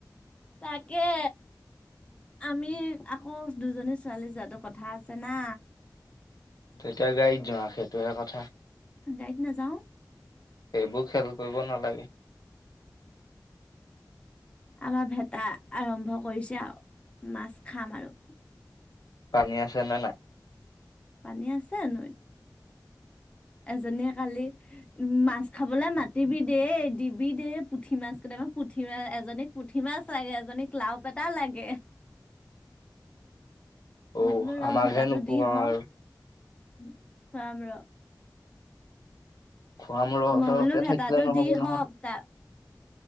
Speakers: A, on the left (about 15°); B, on the left (about 60°).
A: তাকে। আমি আকৌ দুজনী ছোৱালী যোৱাটো কথা আছে না।
B: তেতিয়া গাড়ীত যোৱা, সেইটোহে কথা।
A: গাড়ীত নাজাওঁ।
B: সেইবোৰ খেল কৰিব নালাগে।
A: আমাৰ ভেটা আৰম্ভ কৰিছে আৰু, মাছ খাম আৰু।
B: পানী আছে নে নাই?
A: পানী আছে নৈত। এজনীয়ে কালি উ মাছ খাবলৈ মাতিবি দেই, দিবি দেই, পুঠি মাছ কেইটা পুঠি মাছ, এজনীক পুঠি মাছ লাগে, এজনীক লাও পেটা লাগে।
B: <inaudible>
A: মই বোলো ৰ,
B: আমাকহে
A: ভেটাটো
B: নোখোৱাও
A: দি হওক,
B: আৰু
A: খুৱাম ৰ'।
B: খোৱাম ৰহকে
A: মই বোলো ভেটাটো
B: থাকিলে নহব
A: দি
B: নহয়
A: হওঁক, তাৰ